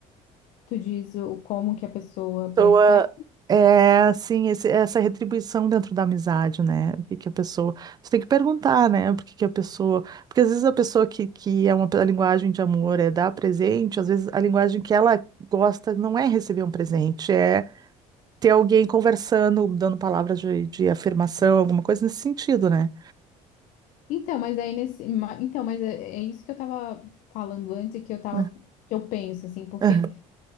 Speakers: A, on the left (about 70°); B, on the right (about 30°).
A: Tu diz o como que a pessoa
B: pessoa
A: prefere.
B: é assim, esse- essa retribuição dentro da amizade, né? O que que a pessoa. Você tem que perguntar, né? Por que que a pessoa. Porque às vezes a pessoa que, que é uma a linguagem de amor é dar presente, às vezes a linguagem que ela gosta não é receber um presente, é ter alguém conversando, dando palavras de, de afirmação, alguma coisa nesse sentido, né?
A: Então, mas aí nesse, ma- então, mas é, é isso que eu tava falando antes e que eu tava,
B: É,
A: que eu penso assim, porque
B: Aham,